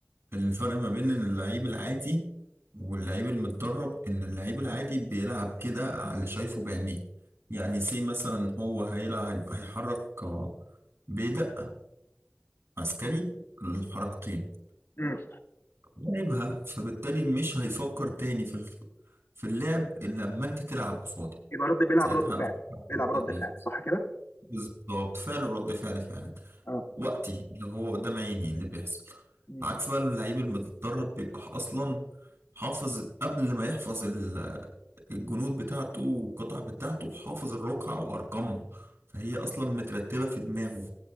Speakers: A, on the right (about 85°); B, on the left (about 80°).
A: الفرق ما بين اللعيب العادي واللعيب المتدرب ان اللعيب العادي بيلعب كده على اللي شايفه بعينيه يعني سي مثلا هو هيلعب هيحرك آه، بيدق عسكري الحركتين
B: امم
A: لعبها فبالتالي مش هيفكر تاني في ال- في اللعب الا لما انت تلعب قصادي
B: يبقى رد بيلعب
A: ساعتها
B: رد
A: هنفكر
B: فعل
A: في
B: بيلعب رد
A: الحركتين
B: فعل صح كده
A: بالظبط فعل ورد فعل فعلا
B: اه
A: وقتي اللي هو قدام عيني اللي بيحصل
B: مم.
A: العكس بقى اللعيب المتدرب بيبقى اصلا حافظ قبل ما يحفظ ال- الجنود بتاعته والقطع بتاعته حافظ الرقعة وارقامها فهي اصلا مترتبة في دماغه